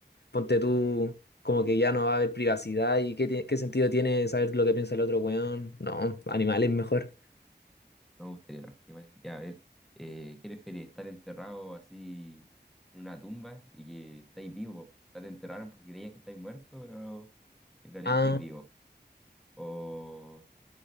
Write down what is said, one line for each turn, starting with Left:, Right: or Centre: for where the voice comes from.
Left: Ponte tú como que ya no va a haber privacidad y qué, tie- qué sentido tiene saber lo que piensa el otro weón. No, animales mejor.
Centre: Me gustaría los animales. Ya, a ver, eh, ¿qué preferís? ¿Estar enterrado así en una tumba y que estáis vivos? O sea, te enterraron porque creías que estáis muerto, pero en realidad
Left: Ah,
Centre: estáis vivos. O,